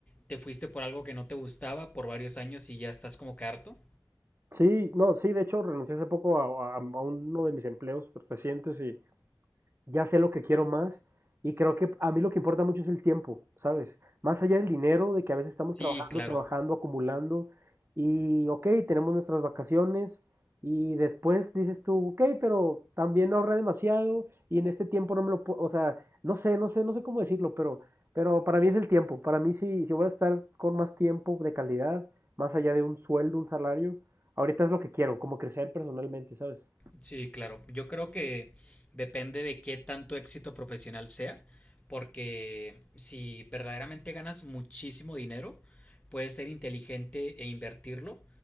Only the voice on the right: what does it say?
Sí, no, sí, de hecho renuncié hace poco a, a- a uno de mis empleos recientes y ya sé lo que quiero más y creo que a mí lo que importa mucho es el tiempo, ¿sabes? Más allá del dinero, de que a veces estamos
trabajando,
trabajando, acumulando y, ok, tenemos nuestras vacaciones y después dices tú, ok, pero también ahorré demasiado y en este tiempo no me lo puedo, o sea, no sé, no sé, no sé cómo decirlo, pero, pero para mí es el tiempo, para mí si, si voy a estar con más tiempo de calidad, más allá de un sueldo, un salario, ahorita es lo que quiero, como crecer personalmente, ¿sabes?